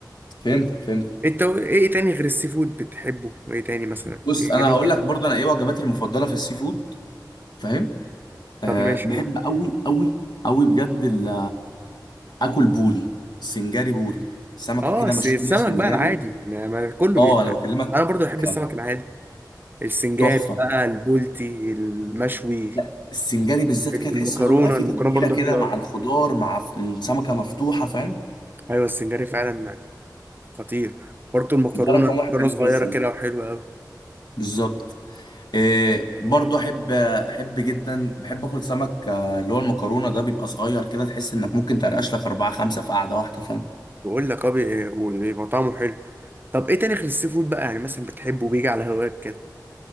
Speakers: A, on the left; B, on the right.
A: فهمت فهمت
B: انت ايه تاني غير السي فود بتحبه ايه تاني مثلا
A: بص
B: ايه
A: انا
B: نوع
A: هقول
B: اكل؟
A: لك برضه انا ايه وجباتي المفضله في السي فود فاهم أه
B: طب ماشي
A: بحب
B: قول
A: قوي قوي قوي بجد ال- اكل بوري سنجاري بوري سمكه
B: اه
A: كده
B: الس-
A: مشويه
B: السمك
A: سنجاري
B: بقى العادي ما... ما كله
A: اه
B: بي...
A: انا بكلمك
B: انا برضو بحب
A: كان
B: السمك العادي السنجاري
A: تحفه
B: بقى البولتي المشوي
A: لا السنجاري بالذات
B: المكرونة
A: كده تحس ان هو بيبقى فيه
B: المكرونة
A: تتبيله
B: برضو
A: كده
B: حلوة
A: مع
B: قوي
A: الخضار مع ف- السمكه مفتوحه فاهم
B: ايوه السنجاري فعلا يعني خطير برضو المكرونة
A: ده رقم
B: مكرونة
A: واحد بالنسبه
B: صغيرة
A: للسمك
B: كده وحلوة قوي
A: بالظبط إيه برضو احب احب جدا بحب اكل سمك آه، اللي هو المكرونه ده بيبقى صغير كده تحس انك ممكن ترقش لك اربعه خمسه في قعده واحده فاهم؟
B: بقول لك اه بي- وبيبقى طعمه حلو طب ايه تاني غير السي فود بقى يعني مثلا بتحبه بيجي على هواك كده